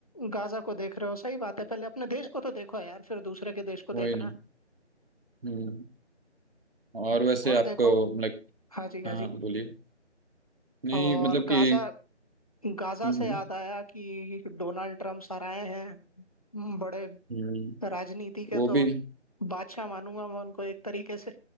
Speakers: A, on the left; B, on the right.
A: गाजा को देख रहे हो सही बात है पहले अपने देश को तो देखो यार फिर दूसरे के देश को
B: वही
A: देखना
B: ना हम्म और वैसे
A: और
B: आपको
A: देखो
B: लाइक
A: हाँ जी हाँ
B: हाँ
A: जी
B: बोलिए नहीं
A: और
B: मतलब
A: गाजा
B: कि
A: गाजा
B: हम्म
A: से याद आया कि डोनाल्ड ट्रम्प सर आए हैं बड़े
B: हम्म,
A: राजनीति के
B: वो
A: तो
B: भी
A: बादशाह मानूंगा मैं उनको एक तरीके से